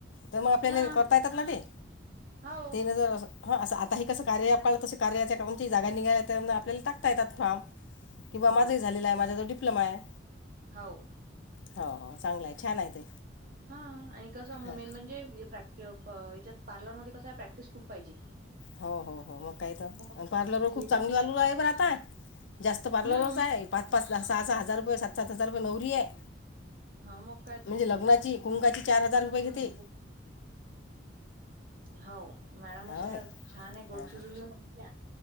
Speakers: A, on the left (about 70°); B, on the right (about 45°).
A: तर मग आपल्याला
B: हां,
A: करता येतात ना ते
B: हो,
A: तीन हजार हा असं आता ह कसं कार्या अँप आला तसं कार्याच्या कडून जागा निघाल्या तर मग आपल्याला टाकता येतात फार्म. किंवा माझंही
B: हो,
A: झालेलं आहे माझा आता डिप्लोमा आहे.
B: हाव
A: हो हो चांगला आहे छान आहे ते
B: हा आणि कस म
A: हां
B: मेन म्हणजे प्रॅक् याच्यात पार्लर मध्ये कस आहे प्रॅक्टिस खूप पाहिजे.
A: हो हो हो मग काही तर
B: मग
A: पार्लरवर
B: थेरी
A: खूप चांगलं चालू आहे बरं आता. जास्त पार्लरवरच
B: हं,
A: आहे पाच पाच सहा सहा हजार रुपये सात सात हजार रुपये नवरी आहे.
B: हा म काय
A: म्हणजे लग्नाची कुंकाची चार हजार रुपये
B: तर म्हणून
A: घेती.
B: हाव मॅडम
A: हो
B: अशा
A: काय
B: छान आहे गोडचिरुल्या
A: हां हां
B: नसत्या